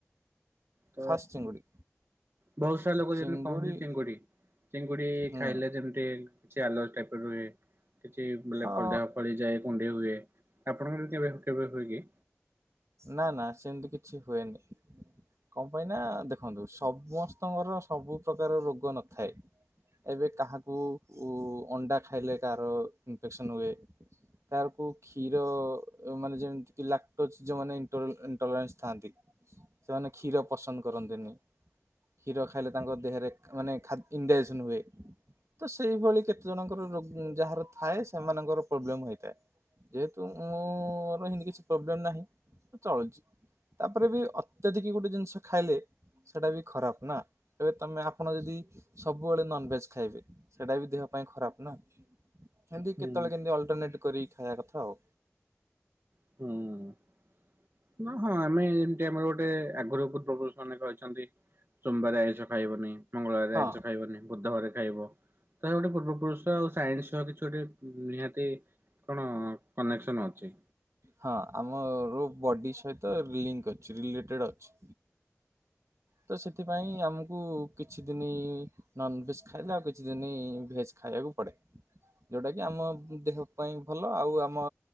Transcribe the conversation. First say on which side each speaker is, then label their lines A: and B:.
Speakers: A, on the right; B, on the right.
A: ତ
B: ଫାଷ୍ଟ୍ ଚିଙ୍ଗୁଡ଼ି।
A: ବହୁତ ସାରା ଲୋକ
B: ଚିଙ୍ଗୁଡ଼ି
A: ଯେମିତି କହନ୍ତି ଚିଙ୍ଗୁଡି ଚିଙ୍ଗୁଡି
B: ହୁଁ
A: ଖାଇଲେ ଯେମିତି। କିଛି ଆଲଜ୍ ଟାଇପର ରୁହେ କିଛି
B: ହଁ
A: ଲେଫର ଦେହ ଫଳି ଯାଏ କୁଣ୍ଡେଇ ହୁଏ। ଆପଣଙ୍କର କେବେ କେବେ ହୁଏ କି?
B: ନା ନା ସେମିତି କିଛି ହୁଏନି। କଣ ପାଇଁ ନା ଦେଖନ୍ତୁ ସମସ୍ତଙ୍କର ସବୁ ପ୍ରକାର ରୋଗ ନଥାଏ। ଏବେ କାହାକୁ ଅଣ୍ଡା ଖାଇଲେ କାହାର ଇନଫେକ୍ସନ୍ ହୁଏ। କାହାରକୁ କ୍ଷୀର ମାନେ ଯେମିତି କି ଲାକ୍ଟୋଚ। ଯୋଉମାନେ ଇଣ୍ଟଲନ୍ସ ଥାନ୍ତି ସେମାନେ କ୍ଷୀର ପସନ୍ଦ କରନ୍ତିନି। କ୍ଷୀର ଖାଇଲେ ତାଙ୍କ ଦେହରେ ମାନେ ଖା ଇଣ୍ଡାଜେକ୍ସନ୍ ହୁଏ। ତ ସେଇଭଳି କେତେ ଜଣଙ୍କର ରୋ ଯାହାର ଥାଏ ସେମାନଙ୍କର ପ୍ରୋବ୍ଲେମ୍ ହୋଇଥାଏ। ଯେହେତୁ ମୋ ର କିଛି ପ୍ରୋବ୍ଲେମ ନାହିଁ ତ ଚଳୁଛି। ତାପରେ ବି ଅତ୍ୟଧିକ ଗୋଟେ ଜିନିଷ ଖାଇଲେ। ସେଟା ବି ଖରାପ ନା ଏବେ ତମେ ଆପଣ ଯଦି। ସବୁବେଳେ ନନଭେଜ ଖାଇବେ ସେଇଟା ବି ଦେହ ପାଇଁ ଖରାପ ନା, ଖାଆନ୍ତି
A: ହୁଁ
B: କେତେବେଳେ କେମିତି ଅଲଟରନେଟ୍ କରିକି ଖାଇବା କଥା ଆଉ,
A: ହୁଁ, ଉଁଅ ହଁ ଆମେ ଯେମିତି ଆମର ଗୋଟେ ଆଗରୁ ପୂର୍ବ ପୁରୁଷ ମାନେ କହିଛନ୍ତି, ସୋମବାର ଆଇଁଷ ଖାଇବନି ମଙ୍ଗଳବାର
B: ହଁ
A: ଆଇଁଷ ଖାଇବନି ବୁଧବାର ରେ ଖାଇବ ତ ଗୋଟେ ପୂର୍ବ ପୁରୁଷ ଆଉ ସାଇନ୍ସ ସହ କିଛି ଗୋଟେ, ନିହାତି କଣ କନେକ୍ସନ ଅଛି,
B: ହଁ ଆମ ରୁବ୍ ବଡ଼ି ସହିତ ଲିଙ୍କ ଅଛି ରିଲେଟେ ଅଛି, ତ ସେଥିପାଇଁ ଆମକୁ କିଛି ଦିନି, ନନ୍ ଭେଜ ଖାଇଲେ ଆଉ କିଛି ଦିନି ଭେଜ୍ ଖାଇବାକୁ ପଡ଼େ, ଯୋଉଟା କିି ଆମ ଦେହ ପାଇଁ ଭଲ ଆଉ ଆମ,